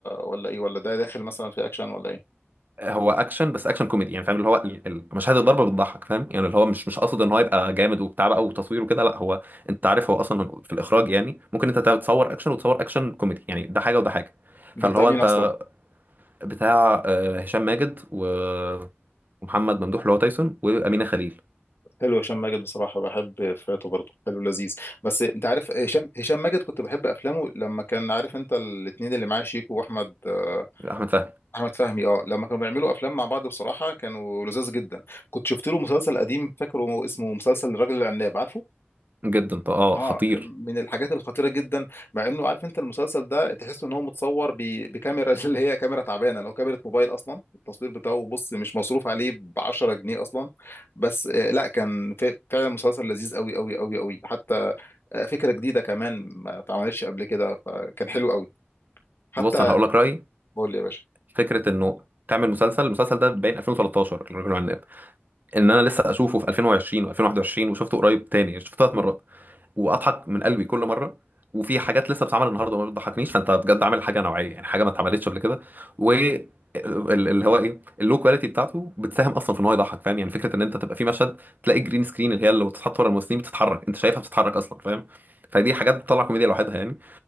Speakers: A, on the left; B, on the right.
A: ولا ايه ولا ده داخل مثلا في اكشن ولا ايه
B: هو اكشن بس اكشن كوميدي يعني فاهم اللي هو ال- ال- مشاهد الضربه بتضحك فاهم يعني اللي هو مش مش قاصد ان هو يبقى جامد وبتاع بقى وتصوير وكده لا هو انت عارف هو اصلا في الاخراج يعني ممكن انت تصور اكشن وتصور اكشن كوميدي يعني ده حاجه وده حاجه فاللي
A: ده بتاع
B: هو
A: مين
B: انت
A: اصلا
B: بتاع آه، هشام ماجد و- ومحمد ممدوح اللي هو تايسون وامينه خليل
A: حلو هشام ماجد بصراحة بحب فاته برضو حلو لذيذ بس انت عارف هشام هشام ماجد كنت بحب افلامه لما كان عارف انت الاتنين اللي معاه شيكو واحمد آه،
B: احمد فهمي
A: احمد فهمي اه لما كانوا بيعملوا افلام مع بعض بصراحة كانوا لذاذ جدا كنت شفت له مسلسل قديم فاكره اسمه مسلسل الرجل العناب عارفه
B: جدا طب اه
A: اه
B: خطير
A: من الحاجات الخطيره جدا مع انه عارف انت المسلسل ده تحس ان هو متصور ب- بكاميرا <laughs> اللي هي كاميرا تعبانه لو كاميرا موبايل اصلا التصوير بتاعه بص مش مصروف عليه ب 10 جنيه اصلا بس آه، لا كان ف- فعلا مسلسل لذيذ قوي قوي قوي قوي حتى آه، فكره جديده كمان ما اتعملتش قبل كده فكان حلو قوي حتى
B: بص انا هقول لك رايي
A: قول لي يا باشا
B: فكره انه تعمل مسلسل المسلسل ده باين 2013 الرجل العناب ان انا لسه اشوفه في 2020 و2021 وشفته قريب تاني شفته ثلاث مرات واضحك من قلبي كل مره وفي حاجات لسه بتتعمل النهارده ما بتضحكنيش فانت بجد عامل حاجه نوعيه يعني حاجه ما اتعملتش قبل كده و ال- اللي هو ايه اللو كواليتي بتاعته بتساهم اصلا في ان هو يضحك فاهم يعني فكره ان انت تبقى في مشهد تلاقي جرين سكرين اللي هي اللي بتتحط ورا الممثلين بتتحرك انت شايفها بتتحرك اصلا فاهم فدي حاجات بتطلع كوميديا لوحدها يعني